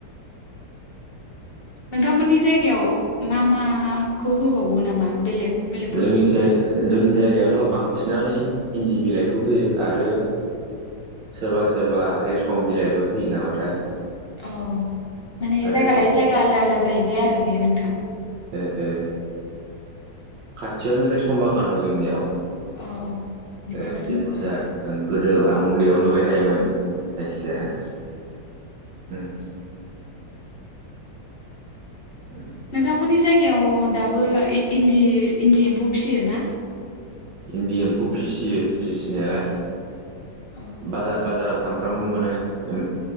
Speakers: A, on the left; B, on the right.
A: नोंथांमोननि जायगायाव मा मा खौ होबावो नामा बेलेग बेलेगफोरखौ
B: जोंनिसाय
A: होबावो नामा
B: जोंनि जायगायावथ बांसिनानो इन इन्दि बिलाइखौ होयो आरो सोरबा सोरबा रेसम बिलाइबो होयो नामाथाय
A: अउ माने
B: आरो
A: जायगा लायै जायगा आलदा आलदा जाहै बे आरो बेयो नोंथां।
B: ए ए खाथियावनो बे सम बागान दं जोंनियाव।
A: औ बिदिबाथ'
B: एसे
A: मोजाङानो
B: बुरजा ओं गोद औ आं उन्दैयाव नुबाय थायोमोन। जायखिजाया
A: उम।
B: हुम। उम
A: नोंथांमोननि जायगायाव दाबो इन्दि इन्दि एम्फौ फिसियो ना?
B: इन्दि एम्फौ फिसियो फिसिनायालाय
A: औ
B: बाजार बाजारावसो सामफ्रामबो मोनो एम